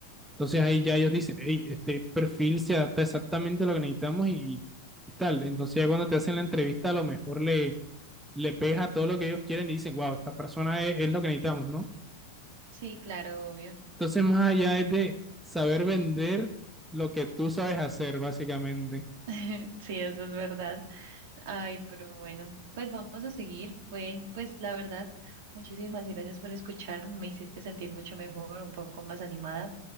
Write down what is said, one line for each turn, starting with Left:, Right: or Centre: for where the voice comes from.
Centre: Entonces ahí ya ellos dicen, hey, este perfil se adapta exactamente a lo que necesitamos y, y tal. Entonces ya cuando te hacen la entrevista a lo mejor le, le pega todo lo que ellos quieren y dicen, wow, esta persona es, es lo que necesitamos, ¿no?
Right: Sí, claro, obvio.
Centre: Entonces más allá es de saber vender lo que tú sabes hacer, básicamente.
Right: <laughs> Sí, eso es verdad. Ay, pero bueno, pues vamos a seguir. Bueno, pues la verdad, muchísimas gracias por escucharme. Me hiciste sentir mucho mejor, un poco más animada.